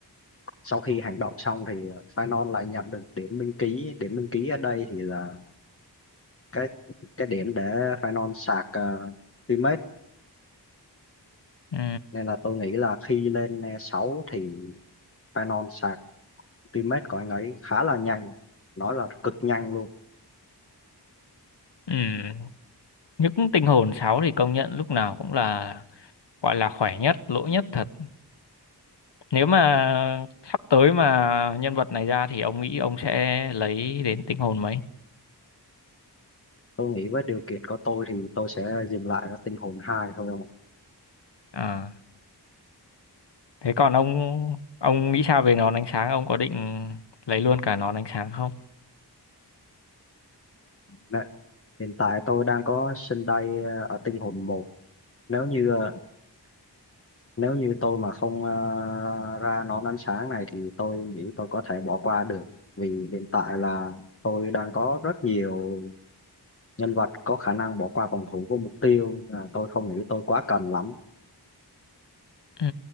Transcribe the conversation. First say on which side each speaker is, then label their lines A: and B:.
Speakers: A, on the left; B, on the left.
A: sau khi hành động xong thì Phainon lại nhận được điểm minh ký điểm minh ký ở đây thì là cái cái điểm để Phainon sạc uh, teammate
B: ừ
A: nên là tôi nghĩ là khi lên e 6 thì Phainon sạc teammate của anh ấy khá là nhanh nói là cực nhanh luôn
B: ừ những tinh hồn sáu thì công nhận lúc nào cũng là gọi là khỏe nhất lỗi nhất thật Nếu mà sắp tới mà nhân vật này ra thì ông nghĩ ông sẽ lấy đến tinh hồn mấy?
A: tôi nghĩ với điều kiện của tôi thì tôi sẽ dừng lại ở tinh hồn 2 thôi không ạ?
B: À, thế còn ông ông nghĩ sao về nón ánh sáng? Ông có định lấy luôn cả nón ánh sáng không?
A: Nè, hiện tại tôi đang có sân đây ở tinh hồn một. nếu như ờ, nếu như tôi mà không ờ, ra nón ánh sáng này thì tôi nghĩ tôi có thể bỏ qua được vì hiện tại là tôi đang có rất nhiều nhân vật có khả năng bỏ qua phòng thủ của mục tiêu à, tôi không nghĩ tôi quá cần lắm
B: Ừ,